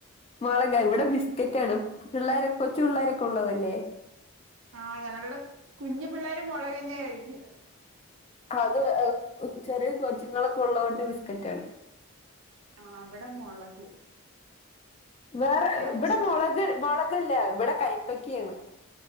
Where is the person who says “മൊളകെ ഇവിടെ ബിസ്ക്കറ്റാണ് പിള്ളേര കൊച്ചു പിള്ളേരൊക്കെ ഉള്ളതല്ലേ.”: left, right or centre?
Left